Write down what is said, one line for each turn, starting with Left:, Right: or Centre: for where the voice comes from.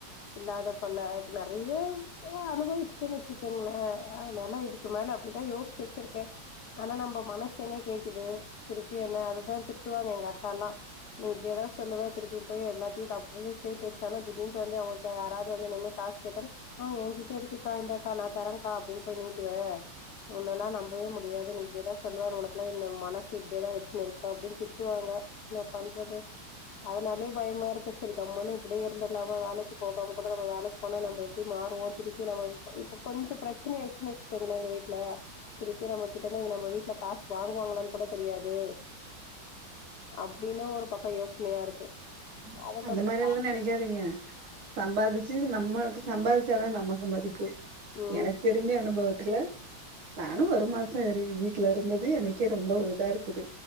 Left: இல்லாத பல நெறைய ஆ அனுபவிச்சுட்டேன்னு வச்சுக்கங்களே அதனால இதுக்கு மேல அப்டிதா யோசிச்சு வச்சிருக்கே ஆனா நம்ப மனசு எங்க கேக்குது திருப்பி என்ன அதுதா திட்டுவாங்க எங்க அக்கா எல்லா. நீ இப்டியேதா சொல்லுவே திருப்பி போய் எல்லாத்தையு க அப்டி நீ சேத்து வச்சாலு திடீர்ன்ட்டு வந்து அவங்க யாராவது வந்து நின்னு காசு கேட்டா ஆ ஏன்கிட்ட இருக்குக்கா இந்தாக்கா நா தரேங்க்கா அப்டின்னு போய் நீட்டுவே உன்னல்லா நம்பவே முடியாது நீ இப்டியேதா சொல்லுவ உனக்கெல்லா இந்த மனச இப்டியேதா வச்சுனு இருப்பே அப்டின்னு திட்டுவாங்க என்ன பண்றது அதனாலே பயமா இருக்கு சரி கம்முனு இப்படியே இருந்திருலாமா வேலைக்கி போகாம கூட நம்ப வேலைக்கு போனா நம்ப எப்டி மாறுவோ திருப்பி நம்ம இப்ப இப்ப கொஞ்ச பிரச்சனை ஆயிடுச்சுன்னு வச்சுக்கோங்களே எங்க வீட்ல திருப்பி நம்ம கிட்ட போய் நம்ம வீட்ல காசு வாங்குவாங்களான்னு கூட தெரியாது அப்டின்னு ஒரு பக்கோ யோசனையா இருக்கு.
Right: ம்
Left: அதுக்கப்றோ
Right: அந்த மாரி எல்லா நெனைக்காதீங்க சம்பாதிச்சு நம்ம சம்பாதிச்சாதா நமக்கு மதிப்பு
Left: ம்
Right: எனக்கு தெரிஞ்ச அனுபவ த்துல நானு ஒரு மாசோ வீ வீட்ல இருந்தது எனக்கே ரொம்ப இதா இருக்குது.